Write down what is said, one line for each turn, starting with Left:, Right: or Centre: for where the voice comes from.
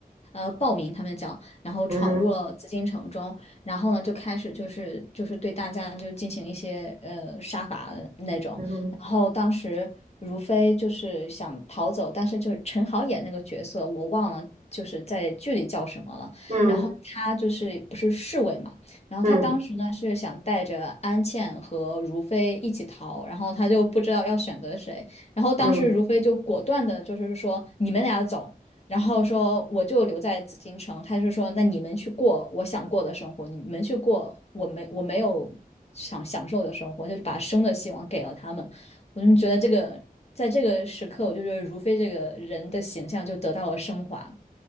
Left: 呃暴民他们讲，然后闯入了紫禁城中，
Right: 嗯哼
Left: 然后呢就开始就是就是对大家就进行一些呃杀伐的那种，
Right: 嗯哼
Left: 然后当时如妃就是想逃走，但是就是陈好演那个角色我忘了就是在剧里叫什么了，
Right: 嗯嗯
Left: 然后他就是不是侍卫嘛。然后他当时呢是想带着安茜和如妃一起逃，
Right: 嗯。
Left: 然后他就不知道要选择谁。然后当时如妃就果断的，
Right: 嗯
Left: 就是说你们俩走，然后说我就留在紫禁城。他就说那你们去过我想过的生活，你们去过我没我没有想享受的生活，就是把生的希望给了他们。我就觉得这个在这个时刻，我就觉得如妃这个人的形象就得到了升华。